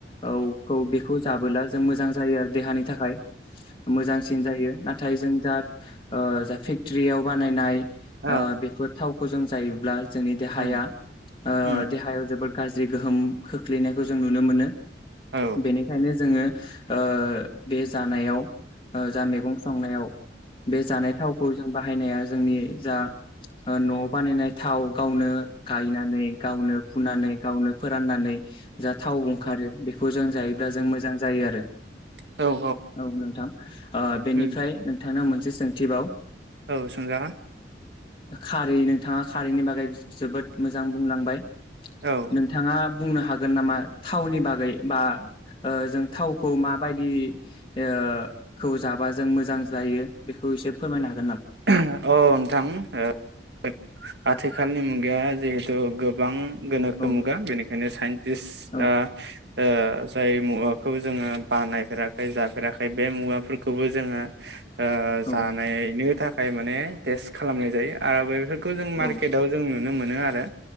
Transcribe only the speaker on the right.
औ
उम
उम औ उम
औ
औ औ
उम
औ सोंजागोन
औ औ
अ नोंथां ओ आथिखालनि मुगाया जिहेथु गोबां गोनोखो
मुगा बेनिखायनो साइन्टिस्टआ
ओ जाय मुवाखौ जोङो बानायफेराखै जाफेराखै बे मुवाफोरखौबो जोङो ओ
जानायनो थाख खाय माने टेस्ट खालामनाय जायो आबो बेफो खो जों
मार्केटआव जोंओ नुनो मोनो आरो